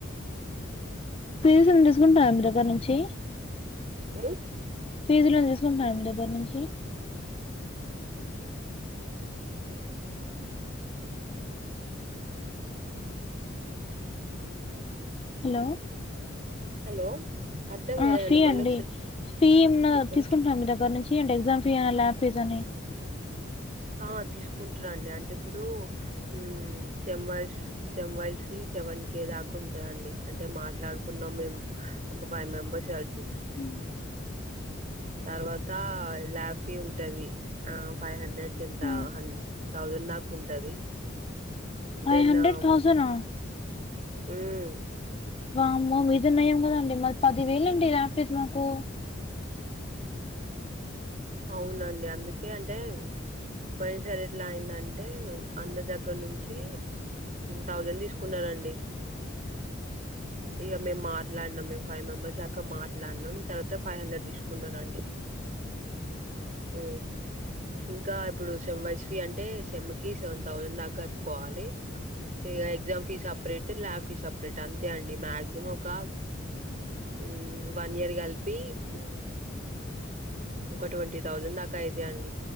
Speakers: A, on the left; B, on the right.
A: ఫీజులు తీసుకుంటారా మీ దగ్గర నుంచి
B: ఏ
A: ఫీజులనీ తీసుకుంటున్నారా మీ దగ్గర నుంచి హలో
B: హలో అర్ధం
A: ఆ
B: కాలేదండి
A: ఫీ
B: మళ్ళీ
A: అండి
B: ఒకసారి
A: ఫీ ఏమన్న
B: చెప్పండి
A: తీసుకుంటున్నారా మీ దగ్గర నుంచి అంటే ఎగ్జామ్ ఫీ అని ల్యాబ్ ఫీజ్ అని
B: ఆ తీసుకుంటారండి అంటే ఇప్పుడు ఉమ్మ్ sem wise sem-wise fee seven K దాకా ఉంటదండి అంటే మాట్లాడుకున్నాం మేం ఒక ఫైవ్ మెంబర్స్ కలిసి
A: ఉమ్
B: తర్వాత లాబ్ ఫీ ఉంటది ఆ ఫైవ్ హండ్రెడ్ టెంతా
A: ఆ!
B: హం థౌజండ్ దాకా ఉంటది
A: ఫైవ్
B: దినం
A: హండ్రెడ్ థౌసండ్ ఆ
B: ఉమ్మ్
A: వామ్మో మీదే నయం కదండి మది పది వేలండి ల్యాబ్ ఫీజ్ మాకు
B: అవునండి అందుకే అంటే పోయిన సరీ ఎట్లా అయిందంటే అన్న దగ్గర నుంచి థౌజండ్ తీసుకు ఉండదండి ఇగా మేము మాట్లాడినాం మేము ఫైవ్ మెంబర్స్ దాకా మాట్లాడినాం తర్వాత ఫైవ్ హండ్రెడ్ తీసుకున్నరు అండి ఉమ్ ఇంకా ఇప్పుడు సెమ్ వైస్ ఫీ అంటే సేమ్ కి సెవెన్ థౌజండ్ దాకా కట్టుకోవాలి. ఇగా exam fee separate lab fee separate అంతే అండి మ్యాక్సిమం ఒక హ్ వన్ ఇయర్ కలిపి ఉమ్, ఒక ట్వంటీ థౌజండ్ దాకా అయితయి అండి